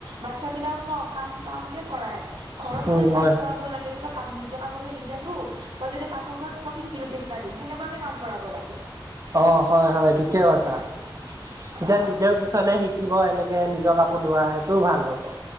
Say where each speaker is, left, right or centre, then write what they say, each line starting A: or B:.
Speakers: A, on the right; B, on the right.
A: বাচ্ছা বিলাকক ন কাম-কাম যে কৰাই, ঘৰৰ মানুহে
B: উম
A: কাম
B: হয়
A: ক ৰাব লাগে যে তই কা নিজৰ কাপোৰখিনি নিজে ধু তই যদি কাপোৰ ধোৱা, তোক মই ফিফটি ৰুপিছ এটা দিম সেনেকোৱাকে কাম কৰাব লাগে।
B: অ', হয়-হয় ঠিকে কৈছা, তেতিয়া
A: অ
B: নিজেও পি ছলে শিকিব এনেকে নিজৰ কাপোৰ ধোৱা, সেইটোও ভাল হ'ব।